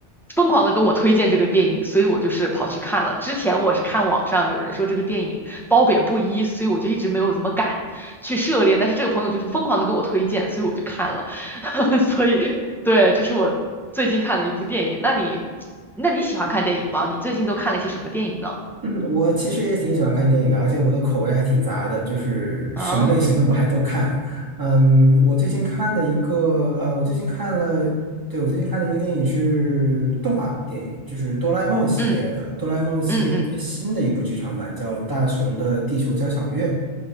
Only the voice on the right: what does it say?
嗯我其实也挺喜欢看电影的，而且我的口味还挺杂的，就是什么类型的我还都看。
嗯，我最近看了一个，呃，我最近看了，对，我最近看了一个电影是动画电影，就是哆啦 A 梦系列的，
哆啦 A 梦系列最新的一部剧场版叫《大雄的地球交响乐》。